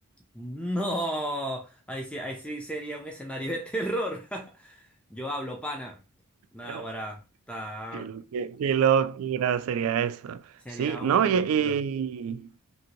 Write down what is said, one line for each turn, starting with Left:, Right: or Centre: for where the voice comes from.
Centre: No, ahí sí, ahí sí sería un escenario de terror. <laughs> Yo hablo, pana. Naguará,
Right: <laughs>
Centre: ta-
Right: Qué, qué- qué locura sería eso.
Centre: sería
Right: Sí, no,
Centre: una
Right: y,
Centre: locura.
Right: y-